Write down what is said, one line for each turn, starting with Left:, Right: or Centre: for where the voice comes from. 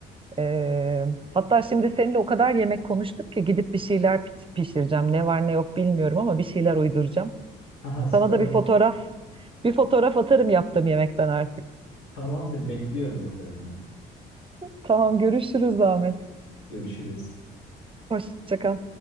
Right: Ee, hatta şimdi seninle o kadar yemek konuştuk ki gidip bir şeyler pi- pişireceğim. Ne var ne yok bilmiyorum ama bir şeyler uyduracağım.
Left: Aha, süper.
Right: Sana da bir fotoğraf, bir fotoğraf atarım yaptığım yemekten artık.
Left: Tamamdır, bekliyorum fotoğrafını.
Right: Tamam görüşürüz Ahmet.
Left: Görüşürüz.
Right: Hoşça kal.